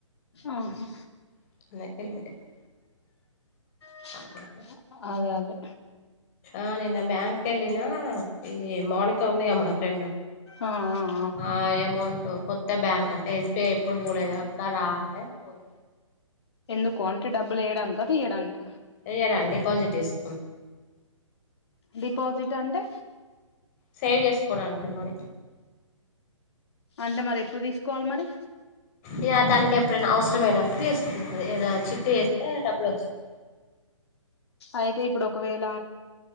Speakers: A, on the left (about 55°); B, on the left (about 30°).
A: ఆహా
B: <unintelligible>
A: స
B: ఆహా
A: అదే అదే
B: ఆ నిన్న బ్యాంక్ వెళ్ళిన ఇది మౌనిక ఉందిగా మన ఫ్రెండ్
A: ఆ ఆ
B: ఆ అమౌంట్ కొత్త బ్యాంక్ అంటే ఎస్బిఐ ఎప్పుడు పోలేదు. అక్క రా అంటే పోయి
A: ఎందుకు అంటే డబ్బులు వేయడానిక తీయడానిక
B: ఏయ్యడా డిపాజిట్ చేసుకో
A: డిపాజిట్ అంటే
B: సేవ్ చేసుకోవడానికి మని
A: అంటే మరి ఎప్పుడు తీసుకోవాలి మరి
B: ఇగా తననకి ఎప్పుడైనా అవసరం ఆయినప్పుడు వేసుకుంటది ఏదైనా చిట్టి వేస్తే డబ్బులు వచ్చా
A: అయితే ఇప్పుడు ఒకవేళ